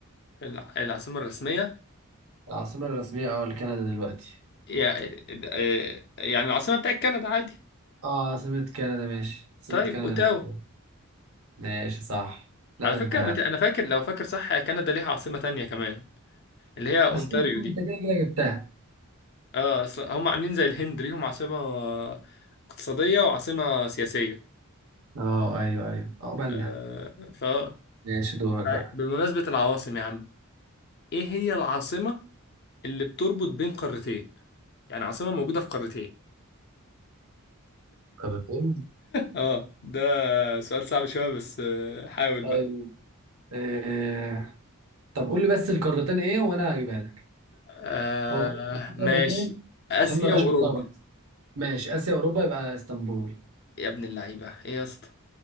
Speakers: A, on the left (about 50°); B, on the right (about 70°).
A: الع- العاصمه الرسميه
B: العاصمة الرسمية اه لكندا دلوقتي
A: يع- إيه- يعني العاصمه بتاعت كندا عادي
B: اه عاصمة كندا ماشي عاصمة
A: طيب
B: كندا
A: اوتاوا
B: لوكو ماشي صح لا
A: على
B: ده
A: فكره
B: انت
A: بت... انا فاكر لو فاكر صح كندا ليها عاصمه تانية كمان اللي هي اونتاريو
B: بس انت
A: دي
B: كده كده جبتها
A: اه اصل هم عاملين زي الهند ليهم عاصمه آه، اقتصاديه وعاصمه سياسيه
B: <laughs> اه ايوه ايوه عقبالنا
A: آه، فا
B: ماشي دورك
A: طيب،
B: بقى
A: بمناسبه العواصم يا عم ايه هي العاصمة اللي بتربط بين قارتين يعني عاصمة موجودة في قارتين
B: قارتين
A: اه ده سؤال صعب شوية بس آه، حاول
B: طيب
A: بقى
B: آه. طب قول لي بس القارتين ايه وانا هجيبها لك
A: آه
B: هو بس في
A: ماشي
B: قارتين
A: آسيا
B: عشان ما بقاش
A: وأوروبا
B: متلخبط ماشي اسيا اوروبا يبقى اسطنبول
A: يا ابن اللعيبة ايه يا اسطى